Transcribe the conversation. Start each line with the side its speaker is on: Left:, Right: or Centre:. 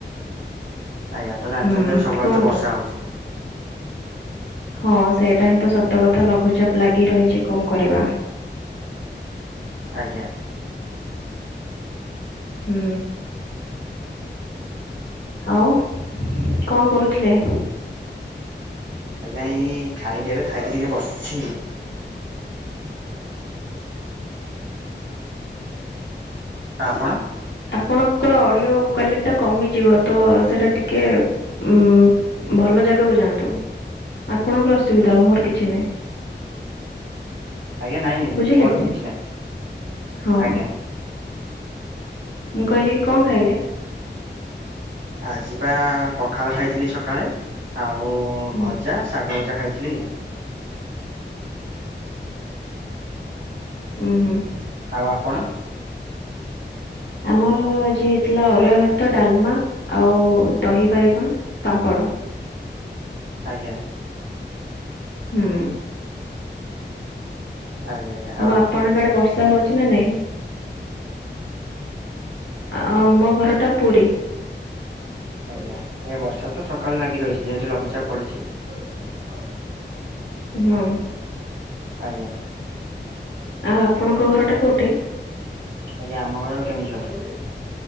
Right: ଆଜ୍ଞା ତ ଜାଣିଛନ୍ତି
Left: ହୁଁ
Right: ଏବେ ସବୁଆଡ଼େ
Left: କୁହନ୍ତୁ।
Right: ତ ବର୍ଷା ହଉଛି।
Left: ହଁ ସେଇଟା ହିଁ ତ ସତ କଥା ଲଘୁଚାପ ଲାଗି ରହିଛି କଣ କରିବା?
Right: ଆଜ୍ଞା।
Left: ହୁଁ। ଆଉ କଣ କରୁଥିଲେ?
Right: ଆଜ୍ଞା ଏଇ ଖାଇଲି ଏବେ ଖାଇକି ଟିକେ ବସିଛି। ଆଉ ଆପଣ?
Left: ଆପଣଙ୍କର ଅଡ଼ିଓ କ୍ଵାଲିଟି ଟା କମିଯିବ ତ ସେଇଟା ଟିକେ ଉଁ ଭଲ ଜାଗାକୁ ଯାଆନ୍ତୁ। ଆପଣଙ୍କର ଅସୁବିଧା ଆଉ ମୋର କିଛି ନାହିଁ।
Right: ଆଜ୍ଞା ନାଇଁ
Left: ବୁଝିଲେ
Right: କୁହନ୍ତୁ
Left: କି
Right: କିଛି ନାଇଁ
Left: ହଁ
Right: ଆଜ୍ଞା।
Left: ମୁଁ କହିଲି କି କଣ ଖାଇଲେ?
Right: ଆଜି ବା ପଖାଳ ଖାଇଥିଲି ସକାଳେ। ଆଉ
Left: ହୁଁ
Right: ଭଜା ଶାଗ ଭଜା ଖାଇଥିଲି।
Left: ଉଁ ହୁଁ।
Right: ଆଉ ଆପଣ?
Left: ଆମର ଆଜି ହେଇଥିଲା ଅରୁଆ ଭାତ ଡାଲମା ଆଉ ଦହି ବାଇଗଣ। ପାମ୍ପଡ଼।
Right: ଆଜ୍ଞା।
Left: ହୁଁ।
Right: ଆଜ୍ଞା ଆଜ୍ଞା।
Left: ଆଉ ଆପଣଙ୍କ ଆଡ଼େ ବର୍ଷା ହଉଛି ନା ନାଇଁ? ଆ ଆମ ଘରଟା ପୁରୀ।
Right: ଆଜ୍ଞା ଆଜ୍ଞା ବର୍ଷା ତ ସକାଳ ଲାଗି ରହିଛି ଯେହେତୁ ଲଘୁଚାପ ପଡ଼ିଛି। <unintelligible>
Left: ହୁଁ।
Right: ଆଜ୍ଞା।
Left: ଆଉ ଆପଣଙ୍କ ଘରଟା କଉଠି?
Right: ଆଜ୍ଞା ଆମ ଘର କେନ୍ଦୁଝର।